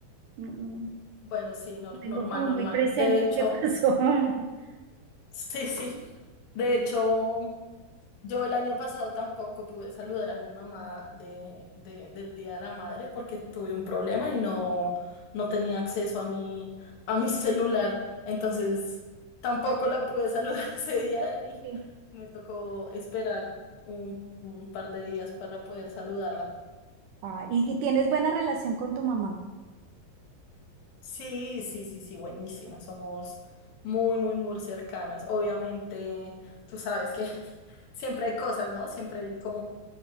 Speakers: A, on the right; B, on the left.
A: No, no,
B: Bueno, sí, nor-
A: tengo
B: normal,
A: como
B: normal.
A: muy presente
B: De hecho.
A: qué pasó. <laughs>
B: Sí, sí. De hecho, yo el año pasado tampoco pude saludar a mi mamá de, de- del Día de la Madre porque tuve un problema y no, no tenía acceso a mi, a mi <laughs> celular. Entonces, tampoco la pude saludar <laughs> ese día y
A: Sí.
B: me tocó esperar un, un par de días para poder saludarla.
A: Ah, y, y tienes buena relación con tu mamá.
B: Sí, sí, sí, sí, buenísima. Somos muy, muy, muy cercanas. Obviamente, tú sabes que... <laughs> Siempre hay cosas, ¿no? Siempre hay como